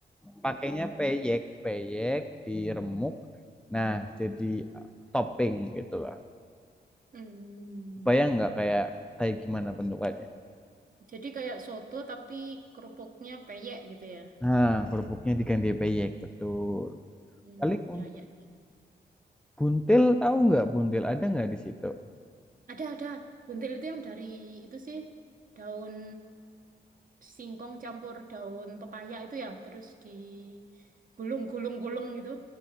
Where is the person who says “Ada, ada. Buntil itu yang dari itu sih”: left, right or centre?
Right